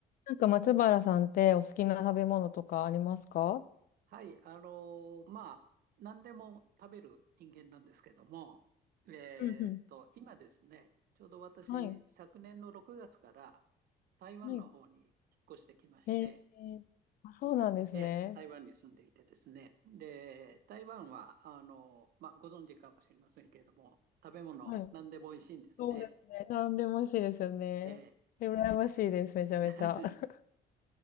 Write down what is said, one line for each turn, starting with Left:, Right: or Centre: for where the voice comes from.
Left: なんか松原さんってお好きな食べ物とかありますか
Right: はい、あのーまあ、何でも食べる人間なんですけども、えーっと、
Left: うんうん。
Right: 今ですね、ちょうど私、
Left: はい。
Right: 昨年の6月から台湾の方に引っ越してきまして、
Left: はい。へえ。あ、そうなんですね。
Right: で、台湾に住んでいてですね、で、台湾は、あのーまあ、ご存知かもしれませんけれども、食べ物、
Left: うんはい。
Right: 何でも美味しいんですね。
Left: そうですね。なんでも美味しいですよね。
Right: ええ
Left: え羨ましいです。めちゃめちゃ。
Right: <laughs>
Left: <laughs>